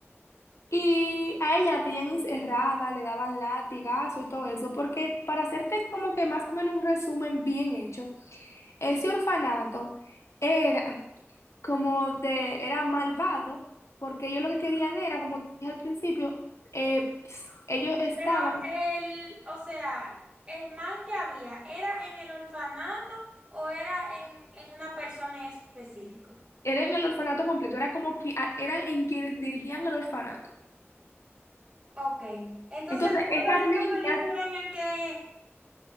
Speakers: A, on the left; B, on the right.
A: Y a ella la tenían encerrada, le daban latigazo y todo eso, porque para hacerte como que más o menos un resumen bien hecho, ese orfanato era, como de, era malvado, porque ellos lo que querían era, como te dije al principio, eh, ps, ellos estaban,
B: Pero el, o sea, el mal que había, ¿era en el orfanato o era en, en una persona en específico?
A: eran el orfanato completo, era como que a- eran en quienes dirigían el orfanato.
B: Ok, entonces
A: Entonces,
B: no
A: esas
B: era de
A: niñas,
B: esta película en el que,